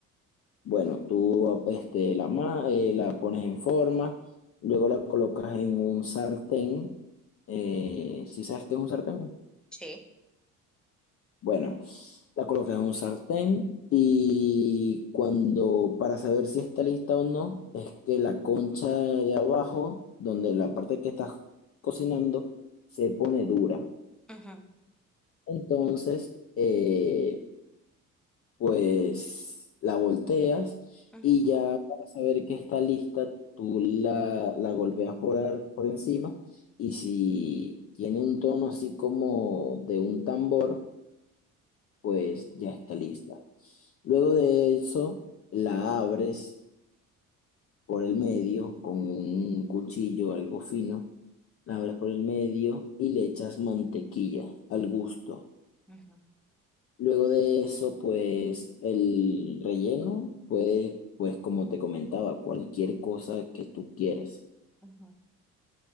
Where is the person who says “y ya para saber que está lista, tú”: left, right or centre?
Left